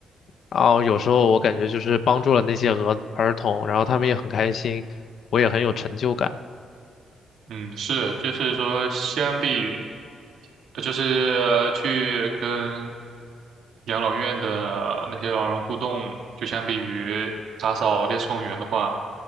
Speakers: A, on the left; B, on the right.
A: 然后有时候我感觉就是帮助了那些儿儿童，然后他们也很开心，我也很有成就感。
B: 嗯，是，就是说，相比于呃就是去跟养老院的那些老人互动，就相比于打扫烈士公园的话，